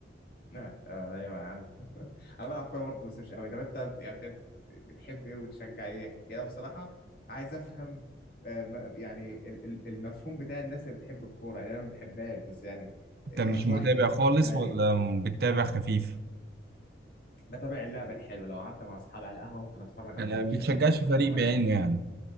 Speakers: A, on the left (about 50°); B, on the right (about 55°).
A: آه، آه، ايوه يا عم انا بلعب كوره برضه بس مش قوي طب انت بت- يعني بت- بتحب ايه وتشجع ايه يعني كده بصراحه عايز افهم آه، م- يعني ال- ال- المفهوم بتاع الناس اللي بتحب الكوره يعني انا ما بحبهاش بس يعني
B: أنت
A: آه،
B: مش
A: اشرح
B: متابع
A: لي انت
B: خالص
A: بتحبها ليه
B: ولا بتتابع خفيف؟
A: بتابع اللعبه الحلوه لو قعدت مع اصحابي على القهوه ممكن اتفرج
B: يعني
A: على ماتش
B: ما بتشجعش
A: لكن ما اروحش
B: فريق
A: اتفرج
B: بعينه
A: عليه
B: يعني